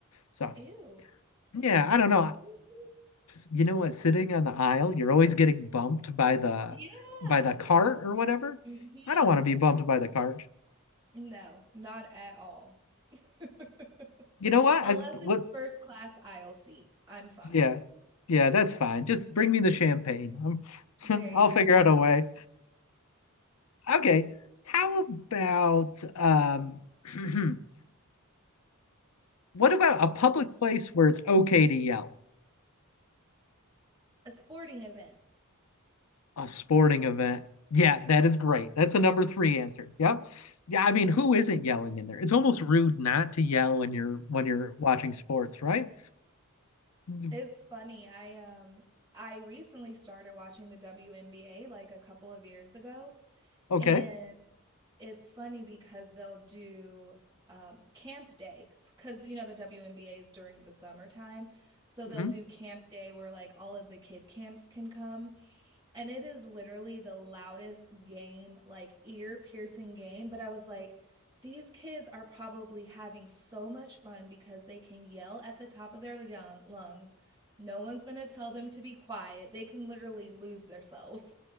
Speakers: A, on the left (about 85°); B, on the right (about 20°).
A: So
B: ew, they
A: yeah,
B: want
A: I
B: the
A: don't know.
B: honesty?
A: <sighs> You know what? Sitting on the aisle, you're always getting bumped by the
B: <laughs>
A: by
B: Yeah.
A: the cart or whatever.
B: hmm
A: I don't want to be bumped by the cart.
B: No, not at all. <laughs>
A: You know what?
B: Unless
A: I what
B: it's first class aisle seat, I'm fine.
A: yeah. Yeah, that's fine. Just bring me the champagne.
B: There
A: I'm, <laughs> I'll
B: you go.
A: figure out a way. Okay. How about um <clears throat> what about a public place where it's okay to yell?
B: A sporting event.
A: A sporting event. Yeah, that is great. That's a number three answer. Yep. Yeah, I mean, who isn't yelling in there? It's almost rude not to yell when you're when you're watching sports, right? Mm,
B: It's funny. I um I recently started watching the WNBA like a couple of years ago,
A: Okay.
B: And it's funny because they'll do um, camp days because you know the WNBA is during the summertime, so they'll
A: hmm
B: do camp day where like all of the kid camps can come, and it is literally the loudest game, like ear-piercing game. But I was like, these kids are probably having so much fun because they can yell at the top of their lung- lungs. No one's gonna tell them to be quiet. They can literally lose themselves